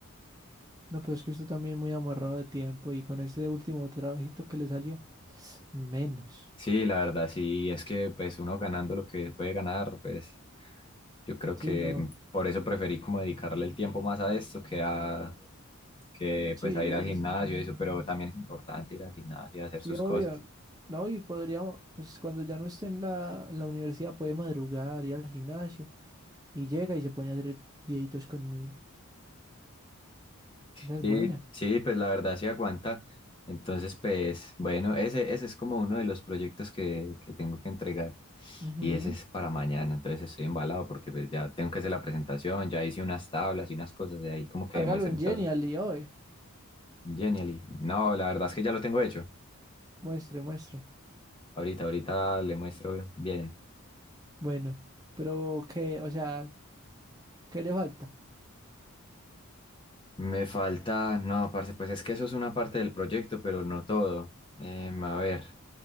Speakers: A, on the right; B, on the left.
A: No, pero es que usted también muy amarrado de tiempo y con ese último trabajito que le salió, menos.
B: Sí, la verdad, sí, es que pues uno ganando lo que puede ganar, pues Yo creo
A: Sí,
B: que
A: no.
B: por eso preferí como dedicarle el tiempo más a esto que a que
A: Sí,
B: pues a ir al gimnasio
A: sí.
B: y eso, pero también es importante ir al gimnasio y hacer
A: Sí,
B: sus
A: obvio.
B: cosas.
A: No, y podríamos, pues cuando ya no esté en la, en la universidad, puede madrugar, ir al gimnasio y llega y se pone a hacer videitos conmigo. Esa
B: Sí,
A: es buena.
B: sí, pues la verdad sí aguanta. Entonces, pues bueno, ese, ese es como uno de los proyectos que, que tengo que entregar
A: Ujú.
B: y ese es para mañana, entonces estoy embalado porque pues ya tengo que hacer la presentación, ya hice unas tablas y unas cosas de ahí como que
A: Hágalo
B: demuestren
A: en Genial
B: todo.
A: y hoy.
B: Genially. No, la verdad es que ya lo tengo hecho.
A: Muestre, muestre.
B: Ahorita, ahorita le muestro bien.
A: Bueno, pero qué o sea, ¿qué le falta?
B: Me falta, no, parce, pues es que eso es una parte del proyecto, pero no todo. Em, a ver,